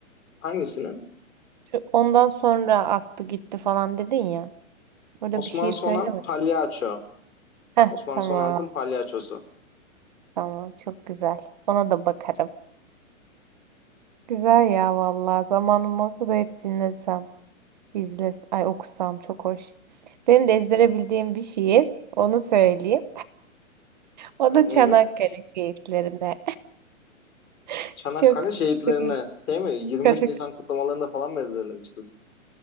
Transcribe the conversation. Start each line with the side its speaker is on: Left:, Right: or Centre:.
Left: Hangisinin?
Right: Şu, ondan sonra aklı gitti falan dedin ya. Orada
Left: Osman
Right: bir şiir söyleme.
Left: Sonan Palyaço.
Right: Heh
Left: Osman
Right: tamam
Left: Sonant'ın palyaçosu.
Right: tamam çok güzel. Ona da bakarım. Güzel ya vallahi zamanım olsa da hep dinlesem. İzles, ay okusam çok hoş. Benim de ezbere bildiğim bir şiir. Onu söyleyeyim. O
Left: Yani
Right: da Çanakkale
Left: neymiş?
Right: şiirlerine. <laughs>
Left: Çanakkale
Right: Çok
Left: şehitlerini
Right: katı
Left: değil mi? 23
Right: katı-
Left: Nisan kutlamalarında falan mı ezberlemiştin?